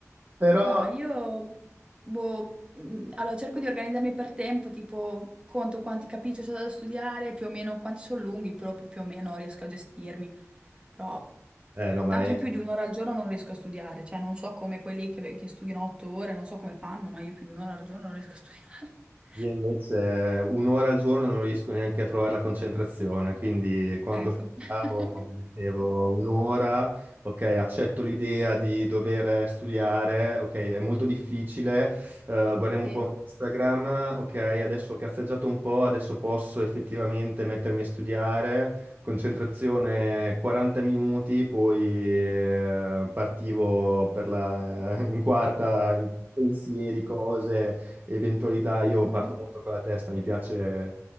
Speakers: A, on the right (about 40°); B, on the right (about 20°).
A: Però...
B: No, io boh, mm, allora cerco di organizzarmi per tempo, tipo conto quanti capitoli c'è da studiare, più o meno quanti sono lunghi, però poi più o meno riesco a gestirmi. Però
A: Eh, no, ma
B: tanto
A: è
B: io più di un'ora al giorno non riesco a studiare, cioè non so come quelli che, che studiano otto ore, non so come fanno, ma io più di un'ora al giorno non riesco a studiare. <laughs>
A: Io invece eh, un'ora al giorno non riesco neanche a trovare la concentrazione, quindi quando
B: Ecco.
A: studiavo
B: <laughs>
A: mettevo un'ora, ok, accetto l'idea di dover studiare, ok, è molto difficile, eh, guardiamo
B: Sì.
A: un po' Instagram, ok, adesso ho cazzeggiato un po', adesso posso effettivamente mettermi a studiare, concentrazione 40 minuti, poi eh, partivo per la, in quarta in pensieri, cose eventualità. Io
B: Mhm.
A: parto molto con la testa, mi piace